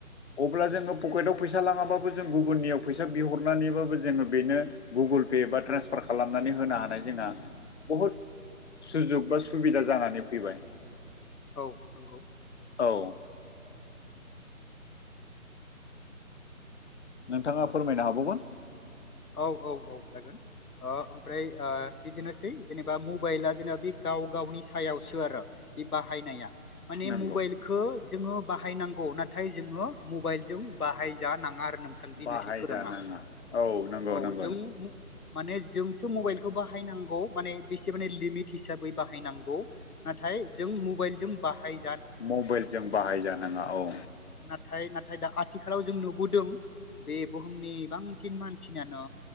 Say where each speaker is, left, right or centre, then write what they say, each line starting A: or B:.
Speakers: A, on the left; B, on the left.
A: अब्ला जोङो पकेटआव फैसा लाङाबाबो जों गुबगुननियाव फैसा बिहरनानैबाबो जोङो बेनो गुगोल पे बा ट्रेन्सफार खालामनानै होनो हानाय जोंना बुहुत सुजुग बा सुबिदा जानानै फैबाय
B: औ नंगौ
A: औ नोंथाङा फोरमायनो हाबावगोन
B: औ औ औ जागोन ओ ओमफ्राय ओ बिदिनोसै जेनेबा मबाइला जेनेबा बे गाव गावनि सायावसो आरो बे बाहायनाया माने
A: नंगौ
B: मबाइलखो जोङो बाहायनांगौ नाथाय जोङो मबाइल जों बाहायजानाङा आरो नोंथां बेनोसै
A: बाहायजानाङा
B: खौराङा
A: औ नंगौ
B: औ
A: नंगौ
B: जों
A: नंगौ
B: माने जोंसो मबाइलखौ बाहायनांगौ माने बेसे माने लिमिट हिसाबै बाहायनांगौ नाथाय जों मबाइ जों बाहाय
A: मबाइलजों बाहायजानाङा औ
B: थाय नाथाय दा आथिखालाव जों नुबोदों बे बुहुमनि बांसिन मानसि सियानो